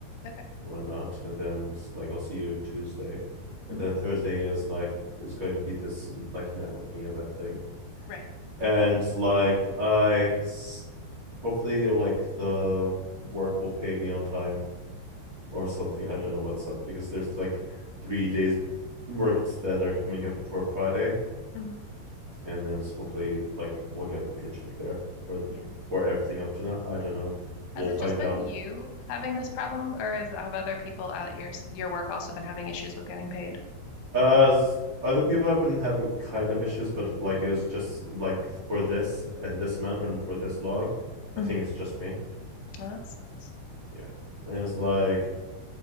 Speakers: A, on the left; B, on the right.
A: Okay.
B: and whatnot, and then it's like I'll see you Tuesday, and
A: hmm
B: then Thursday is like it's going to be this like networking event thing,
A: Right.
B: and like I it's hopefully like the work will pay me on time or something. I don't know what's up because there's like three days worked that are coming up for Friday,
A: hmm
B: and then hopefully like we'll get the paycheck there for
A: Yeah.
B: for everything up to now. I don't know. We'll
A: Has it
B: find
A: just been
B: out
A: you having this problem, or has, have other people at your s- your work also been having issues with getting paid?
B: Uh, other people have been having kind of issues, but like it was just like for this and this amount and for this long. I
A: hmm
B: think it's just me.
A: Well, that sucks.
B: Yeah. And it's like